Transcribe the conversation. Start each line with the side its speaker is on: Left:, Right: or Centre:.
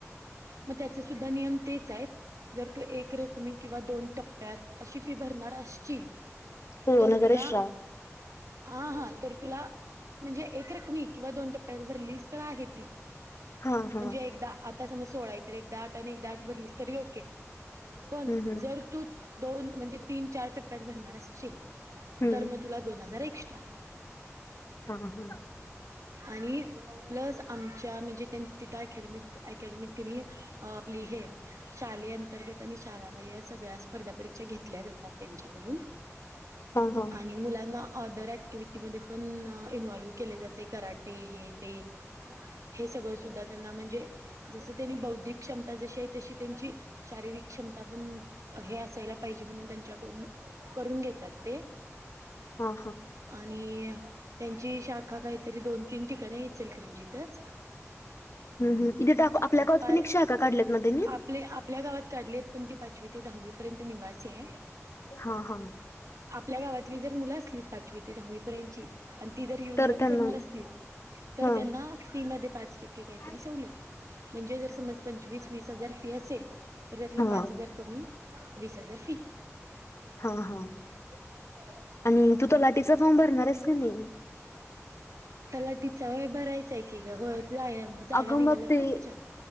Right: म त्याचे सुद्धा नियम तेच आहेत? जर तू एक रकमी किंवा दोन टप्प्यात अशी फी भरणार अश्चिल
Left: दोन
Right: तर
Left: हजार
Right: तुला,
Left: एक्स्ट्रा
Right: आ आहा तर तुला म्हणजे एक रकमी किंवा दोन टप्प्यान वर रलीस तर आहे ती
Left: हा हा
Right: म्हणजे एकदा, आता समजा सोळाय एकदा आट आणि एकदा आट भरलीस तरी ओके, पण
Left: हम्म हम्म
Right: जर तू दोन म्हणजे तीन चार टक् प्यात भणार असशील,
Left: हम्म
Right: तर मग तुला दोन हजार एक्ट्रा
Left: हा हा
Right: आणि प्लस आमच्या म्हणजे त्यां तितंय खेडणीत ऐक त्यांनी क्नि आपली हे शालेअंतर्गत आणि शाळाबाह्य हया सगळ्या स्पर्धा परीक्षा घेतल्या जातात त्यांच्याकडून.
Left: हा हा
Right: आणि मुलांना ऑदर ऍक्टिव्हटीमध्ये पण इन्व्हॉल्व्ह केले जाते करराटे हे ते हे सगळं सुद्धा त्यांना म्हणजे, जसं त्यानी बौद्धिक क्षमता जशी आहे तशी आहे त्यांची शारीरिक क्षमता पण हे असायला पाहिजे म्हणून त्यांच्याकडून करून घेतात. ते?
Left: हा हा
Right: आणि त्यांची शाखा काही तरी दोन तीन ठिकाणी इचलकरंजीतंत ते
Left: ह् हं, तिथं आप आपल्या कॉनी
Right: पा
Left: पण शाखा काढल्यात. ना त्यांनी
Right: आपले आपल्या गावात काढली आहेत, पण ती पाचवी ते दहावी पर्यंत निवासीए
Left: हा हा
Right: आपल्या गावातली जर मुलं असली पाचवी ते दहावी पर्यंतची आणि ती जर युनजाऊन
Left: तर त्यांना
Right: करणार असतील तर
Left: हा
Right: त्यांना फी मधे पाच टक्क कायतरी
Left: हा
Right: सवलताय, म्हणजे ज समज पंचवीस वीस हजार फी असेल तर त्यातलं
Left: हा
Right: पाच हजार कमी वीस हजार फी.
Left: हा हा.
Right: <inaudible>
Left: आणि तू तलाठीचा फॉर्म भरणार आहेस का नाही
Right: त्याला तिचंय भरायचंय की गं, होय जाया जागा
Left: अगं
Right: निघाल्यात
Left: मग ते
Right: ना त्याच्या?